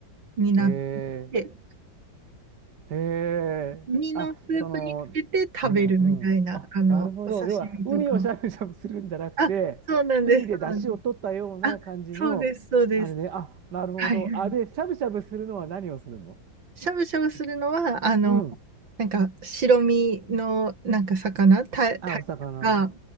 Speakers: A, on the right (about 80°); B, on the right (about 60°).
A: になっ
B: へ
A: て、
B: え。へえ。
A: ウニのスープにつけて食べるみたいな、
B: あ、その、うんうん。あ、
A: あの、
B: なるほど。
A: お刺身とか。
B: 要は、ウニをしゃぶしゃぶするんじゃなくて、
A: あ、そうなんです、
B: ウニで出汁を取ったような感じの、
A: そうなんです。あ、そうです、そうです。
B: あれね。あ、なるほど。
A: はいはい。
B: あ、で、しゃぶしゃぶするのは何をするの
A: しゃぶしゃぶするのは、あの、
B: うん。
A: なんか白身のなんか魚、タ、タイとか、
B: あ、お魚。